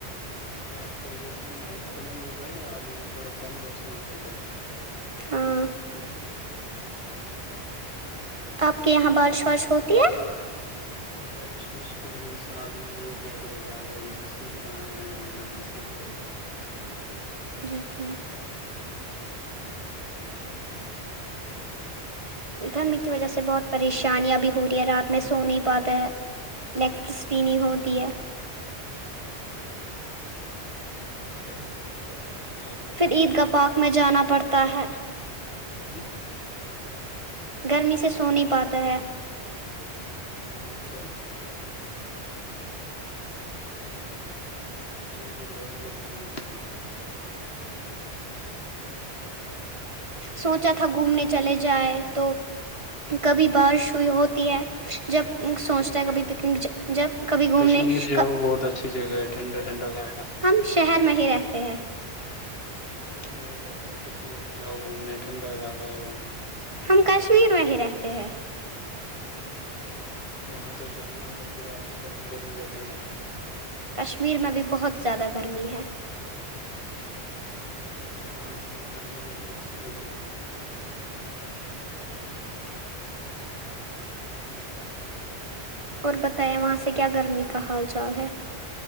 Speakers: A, on the left; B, on the right.
A: اور آپ کا ادھر بھی اتنا ہی ہوگایا ابھی تھوڑا کم موسم ہے ادھر <unintelligible> ج
B: ہاں
A: <unintelligible>
B: آپ کے یہاں بارش وارش ہوتی ہے
A: بارش مشکل ت سال میں یا دو بار ہمیں نصیب کہاں ہے بدنسییب ہوی <unintelligible> <inaudible> <inaudible>
B: جی ٹھیک گرمی کی وجہ سے بہت پریشانیاں بھی ہو رہی ہے رات میں سو نہیں پاتا ہے ل پسٹین ہوتی ہے
A: گرمی بت زیادہ <unintelligible> پریشانی
B: پھر عید گاہ
A: ہوتی
B: پارک میں جانا پڑتا ہے
A: <inaudible> ہ
B: گرمی سے سو نہیں پاتا ہے
A: اچھا دلی میں تو بہت گرمی ہے
B: سوچا تھا گھومنے چلے جائے تو کبھی بارش ہوئی ہوتی ہے جب سوچتا
A: کشمیر
B: ہے کبھی
A: جاؤ
B: پکنک جب کبھی گھومنے
A: کشمیر جاؤ
B: کا
A: بہت اچھی جگہ ہے ٹھنڈا ٹھنڈا علاقہ ہے۔
B: ہم شہر میں ہی رہتے ہیں
A: میں نہیں بول رہاوں کشمیر جاؤ گھومنے ٹھنڈا علاقہ ہے وہاں <unintelligible>
B: ہم کشمیر وہ ہی رہتے ہیں
A: وہاں تو جانا تو پھر آپ کو کہاں گرمی لیں گے <unintelligible>
B: کشمیر میں بھی بہت زیادہ گرمی ہے
A: تو میںٹھی ٹیوشن بھی پڑھئی ہوگی اسکول ہوگی تو <inaudible>
B: اور بتائیا وہاں سے کیا گرمی کا حال چال ہے